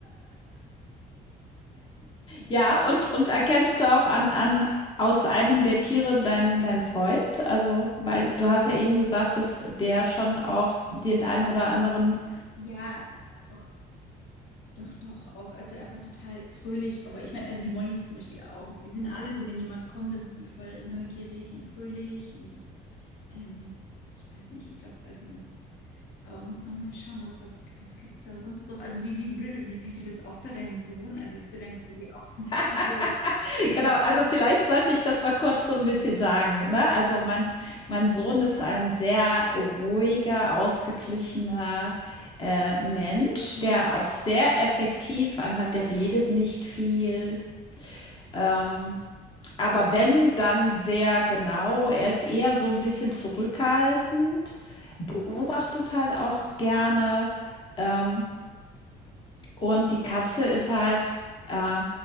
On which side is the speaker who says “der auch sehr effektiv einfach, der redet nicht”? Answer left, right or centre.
Left